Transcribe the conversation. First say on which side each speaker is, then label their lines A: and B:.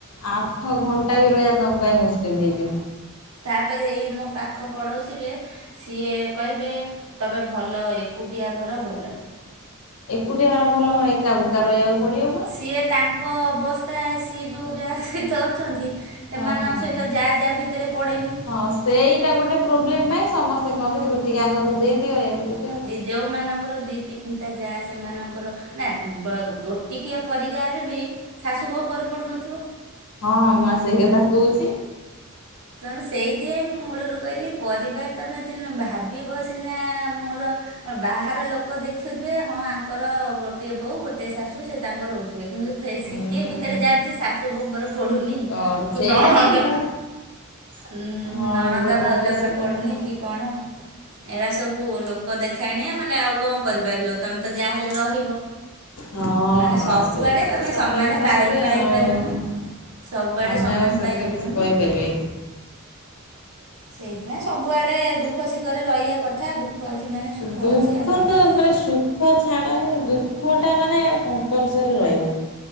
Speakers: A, on the left; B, on the right.
A: ଆଠ ଘଣ୍ଟା ବି ରହିବା ତମ ପାଇ ମୁସ୍କିଲ୍ ହେଇଯିବ।
B: ତାପରେ ଏଇ ମୋ ପାଖ ପଡ଼ୋଶୀରେ ସିଏ କହିବେ ତମେ ଭଲ ଏକୁଟିଆ ଘର ଭଲ।
A: ଏକୁଟି ହାର ଭଲ କଣ ଏକା ବୋକା ରହିବାକୁ ପଡ଼ିବ ପା।
B: ଇଏ ତାଙ୍କ ଙ୍କ ଅବସ୍ଥା ସିଏ ଯୋଉ ଯାହା ସହିତ ଅଛନ୍ତି। ସେମାନଙ୍କ
A: ହଁ ହଁ।
B: ସହିତ ଯା ଯା ଭିତରେ ପଡ଼େନି।
A: ହଁ ସେଇଟା ଗୋଟେ ପ୍ରୋବ୍ଲେମ ପାଇଁ ସମସ୍ତେ କହନ୍ତି ଗୋଟି କିୟା ଘରୁକୁ ଦେଇଦିଅ ଏମିତି କର।
B: ଯେଉଁମାନଙ୍କର ଦିଇ ତିନିଟା ଯା ସେମାନଙ୍କର ନା ବ ଗୋଟିକିଆ ପରିକାର ବି ଶାଶୁ ବହୁଙ୍କର ପଡୁନଥିବ?
A: ହଁ ମୁଁ ଆ ସେଇ କଥା କହୁଛି।
B: ତ ସେଇଥିପାଇଁ ମୁଁ ମୂଳରୁ କହିଲି ପରିବାର ତମେ ଦିନ ଭାବିବ ସିନା ମୋର ହ ବାହାର ଲୋକ ଦେଖୁଥିବେ ହଁ ଆଙ୍କର ଗୋଟିଏ ବୋଉ ଗୋଟେ ଶାଶୁ ସେ ତାଙ୍କର ରହୁ ଥିଲେ କିନ୍ତୁ ଥେଇ
A: ହୁଁ
B: ଶିକେଇ ଭିତରେ ଜାଣିଛି ଶାଶୁ ବୋଉଙ୍କର ପଢ଼ୁନି।
A: କଣ
B: କି
A: ସେଇଟା
B: ନଣନ୍ଦ
A: ବା ମୁଁ
B: ଉଁ
A: ହଁ
B: ନଣନ୍ଦ
A: ଗୋଟେ
B: ଭାଉଜକର
A: ଗୋଟେ ସେଇଟା
B: ପଡ଼ୁନି
A: ଥାନ୍ତି।
B: କି କଣ। ଏରା ସବୁ ଲୋକ ଦେଖାଣିଆ ମାନେ ଆଉ କଣ କରିପାରିବ ତମେ ତ ଯାହାହେଲେ ରହିବ।
A: ହଁ
B: ମାନେ
A: ହଁ
B: ସବୁଆଡ଼େ
A: ସେଇଟା
B: ତମେ
A: ତ ସତ
B: ସମାନେ
A: କଥା
B: ପାଇ
A: ପୁରା
B: ପାଇପାରିବନି।
A: ଆଉ।
B: ସବୁଆଡେ
A: ଆମେ
B: ସମାନ
A: ଆଉ ସେଥିରେ
B: ପାଇପାରିବନି।
A: କିଛି କହିପାରିବେ
B: ସେଇଥିପାଇଁ ସବୁଆଡେ ଦୁଃଖ ଶିଖରେ ରହିବା କଥା ଦୁଃ ଖ ଅଛି ମାନେ ସୁଖ
A: ଦୁଃଖ
B: ଅଛି ଆଉ କଣ
A: ତ
B: କର
A: ମାନେ ସୁଖ ସୁଖ ଛାଡ଼ ହେ ଦୁଃଖଟା ମାନେ କମ୍ପଲ୍ ସରି ରହିବ।